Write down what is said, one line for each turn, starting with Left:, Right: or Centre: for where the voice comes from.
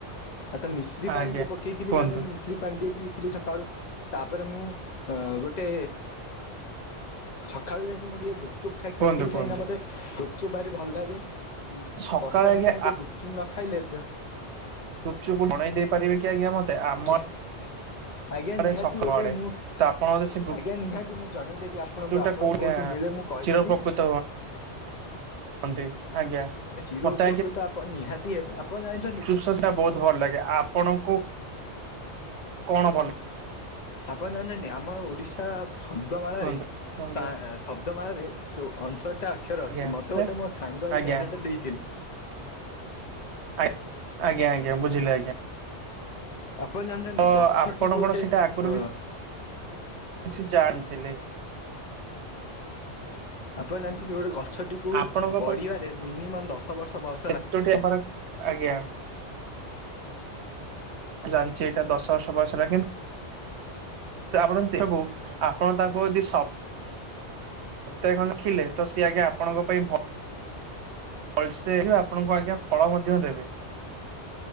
Left: ଆ ତ ମିଶ୍ରୀ ପାଣିଟିଏ
Right: ଆଜ୍ଞା
Left: ପକେଇଥିଲି
Right: କୁହନ୍ତୁ
Left: ତା ଦେହରେ ମି ମିଶ୍ରି ପାଣିଟିକେ ପିଇଥିଲି ସକାଳୁ ତାପରେ ମୁଁ ଗୋଟେ ସକାଳେ ଯାଇକି ମୁଁ ଟିକେ ଗୁପଚୁପ୍ ଖାଇଥିଲି
Right: କୁହନ୍ତୁ କୁହନ୍ତୁ
Left: କାହିଁକି ନା ମତେ ଗୁପଚୁପ୍ ଭାରି ଭଲ ଲାଗେ।
Right: ସକାଳେ
Left: ବର୍ଷା
Right: ଆଜ୍ଞା
Left: ଦିନେ ମୁଁ ଟିକେ ଗୁପଚୁପ୍ ନ ଖାଇଲେ ଦ
Right: ଗୁପ୍‌ଚୁପ୍‌କୁ ବନେଇ ଦେଇ ପାରିବେ କି ଆଜ୍ଞା ମତେ ଆମ
Left: ଆଜ୍ଞା ଆଜ୍ଞା
Right: ଆଡେ
Left: ନିହାତି
Right: ସକାଳ
Left: ଗୋଟେ
Right: ଆଡେ
Left: ମୁଁ
Right: ତ ଆପଣ ମତେ ସେ ଗୁପଚୁପ୍
Left: ଆଜ୍ଞା ନିହାତି ମୁଁ ଜଣେଇଦେବି ଆପଣଙ୍କୁ ଆପଣଙ୍କୁ
Right: ଟା କୋଉଠି
Left: କଉଠି ମିଳେ ମୁଁ କହିଦେବି।
Right: ଚିରପକୃତ ଆଜ୍ଞା।
Left: ଯଉ
Right: ମତେ
Left: ଉପକୃତ ଆପଣ ନିହାତି ହେବେ ଆପଣ ଜା
Right: ଚୁପ୍ ସେଟା ବହୁତ ଭଲ ଲାଗେ ଆପଣଙ୍କୁ କଣ ଭଲ ଲେ
Left: ଆପଣ ଜାଣିଛନ୍ତି ଆମର ଓଡିଶା ଶବ୍ଦ ମାଳାରେ
Right: କୁହନ୍ତୁ କୁହନ୍ତୁ
Left: ଶବ୍ଦମାଳାରେ ଯଉ ଅଣଷଠଟା ଅକ୍ଷର
Right: ଆଜ୍ଞା
Left: ଅଛି ମତେ ଗୋଟେ
Right: ଆଜ୍ଞା
Left: ମୋ ସାଙ୍ଗ
Right: ଆଜ୍ଞା
Left: ଏଇ ଜ୍ଞାନଟା ଦେଇଥିଲେ
Right: ଆ ଆଜ୍ଞା ଆଜ୍ଞା ବୁଝିଲେ ଆଜ୍ଞା
Left: ଆପଣ ଜାଣିଛନ୍ତି
Right: ତ
Left: ଗଛଟିକୁ
Right: ଆପଣ
Left: ଗୋଟେ
Right: କଣ ସେଇଟା ଆଗରୁ
Left: ଅ
Right: ବି କିଛି ଜାଣିଥିଲେ
Left: ଆପଣ ଜାଣିଛନ୍ତି ଗୋଟେ ଗଛଟିକୁ
Right: ଆପଣଙ୍କ
Left: ବଢିବାରେ ମିନିମମ୍ ଦଶ ବର୍ଷ ବୟ
Right: ସେଟି ଗୋଟେ ଆମ ଆଜ୍ଞା ଯାଣିଛି ଏଇଟା ଦଶ ବର୍ଷ ବୟସ ହେଲା କିନ୍ତୁ ଆପଣ ଦେଖୁ ଆପଣ ତାଙ୍କୁ ଯଦି ସ ସ <unintelligible> ତ ସିଏ ଆଜ୍ଞା ଆପଣଙ୍କ ପାଇଁ ଭଲ ଭଲସେ ଆପଣଙ୍କୁ ଆଜ୍ଞା ଫଳ ମଧ୍ୟ ଦେବେ